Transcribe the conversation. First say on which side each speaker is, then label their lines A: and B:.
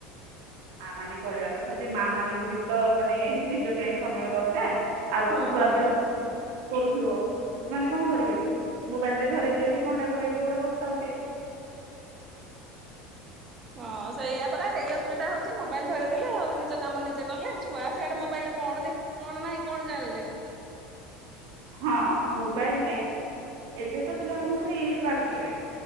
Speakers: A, on the right; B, on the right.
A: ମା ମାନେ କରିବା କଥା ଯେ ମା ମାନଙ୍କୁ ବି ତ ମାନେ ନିଜ ପାଇଁ ସମୟ ଦରକାର। ଆଉ <unintelligible>
B: ହଁ।
A: କରୁଥିବ ସେମାନେ କଣ କରିବେ, ମୋବାଇଲ୍ ଟା ଧରେଇ ଦିଅ କି କଣ ଟା କରେଇ ଦିଅ ଗୋଟେ ବସିଥାଉ ସିଏ।
B: ହଁ ସେଇଆ ପରା, ହେଇ ଅସୁବିଧା ହଉଚି। ମୋବାଇଲ୍ ଧରେଇଦେଲେ ଆଉ ନିଜ କାମ ନିଜେ କଲେ, ଛୁଆ ସେଆଡେ ମୋବାଇଲ କଣ ଦେ କଣ ନାହିଁ କଣ ଜାଣିଲେ।
A: ହଁ। ମୋବାଇଲରେ ଏବେ ତ ପିଲାମାନଙ୍କୁ ରିଲ୍ସ ପାଗଳ କଲାଣି।